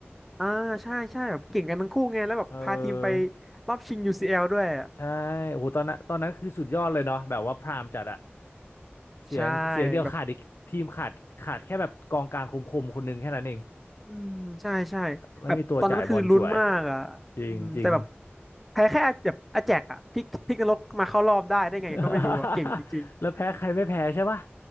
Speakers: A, in the centre; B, on the left (about 70°).
A: อ่าใช่ใช่แบบเก่งกันทั้งคู่ไงแล้วแบบพาทีมไป
B: เออ
A: รอบชิง UCL ด้วยอะ
B: ใช่โอ้โหตอนนั้นตอนนั้นคือสุดยอดเลยเนาะแบบว่าพรามจัดอะเสียงเสียงเดียวขาดอีกทีมขาดขาดแค่แบบกองกลางคมๆคนหนึงแค่นั้นเอง
A: ใช่แบบอืมใช่ใช่แบบตอนนั้นคือลุ้นมากอ่ะอืมแต่แบบ
B: ไม่มีตัวจ่ายบอลสวยจริงจริง
A: แพ้แค่แบบอาแจกอ่ะพลิกพลิกนรกมาเข้ารอบได้ได้ไงก็ไม่รู้อ่ะเก่งจริง
B: <laughs> แล้วแพ้ใครไม่แพ้ใช่ปะ